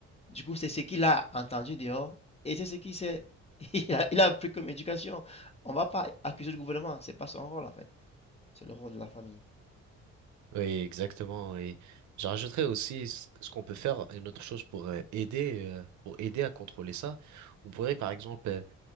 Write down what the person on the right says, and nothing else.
Oui, exactement. Et je rajouterais aussi ce ce qu'on peut faire, une autre chose pour euh, aider, euh, pour aider à contrôler ça. On pourrait, par exemple, euh,